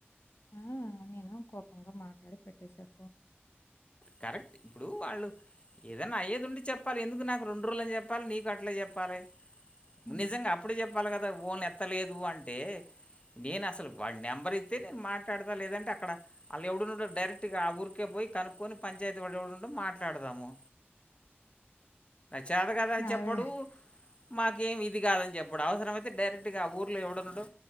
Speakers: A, on the left (about 80°); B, on the left (about 25°).
A: మ్మ్ నేను కోపంగా మాట్లాడి పెట్టేసా ఫోన్
B: కరెక్ట్ ఇప్పుడు వాళ్ళు ఏదన్నా అయ్యేది ఉంటే చెప్ప మరెందుకు నాకు రెండు రోజులు అని చెప్పాలి నీకు అట్లే చెప్పాలి
A: ఉమ్.
B: నిజంగా అప్పుడు చెప్ప చెప్పాలి కదా ఫోన్ ఎత్తలేదు అంటే నేను అసలు వాడి నెంబర్ ఇత్తే నేను మాట్లాడతా లేదంటే అక్కడ వాళ్ళ ఎవడుండో డైరెక్ట్ ఆ ఊరికే పోయి కనుక్కొని పంచాయితి ఎవడెవడుండో మాట్లాడదాము. చేత కాదు అని చెప్పడు
A: అదే
B: మాకేం ఇది కాదని చెప్పడు అవసరం అయితే డైరెక్ట్గా ఊర్లో ఏవడున్నడు